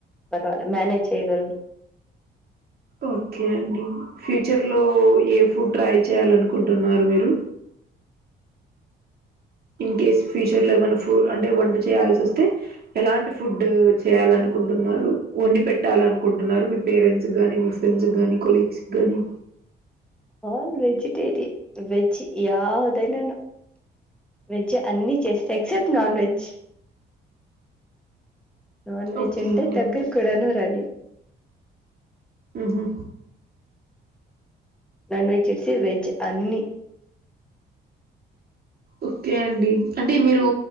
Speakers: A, in the centre; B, on the right (about 50°).
A: పర్వాలే మేనేజ్ చేయ్యగలను
B: ఓకే అండి ఫ్యూచర్ లో ఏ ఫుడ్ ట్రై చేయాలనుకుంటున్నారు మీరు ఇన్ కేస్ ఫ్యూచర్ లో ఏమైనా ఫు అంటే వంట చేయాల్సి వస్తే ఎలాంటి ఫుడ్ చేయాలనుకు అనుకుంటున్నారు వండి పెట్టాలీ అనుకుంటున్నారు మీ పేరెంట్స్ గాని మీ ఫ్రెండ్స్ కి కొలీగ్స్ గాని
A: all vegetarian veg yeah <inaudible> veg అన్ని చేస్తా except non veg non veg
B: okay
A: అంటే
B: అండి
A: దగ్గర కూడాను రనిను
B: ఉహు
A: నాన్ వేజెస్ వెజ్ అన్ని
B: ఓకే అండి అంటే మీరు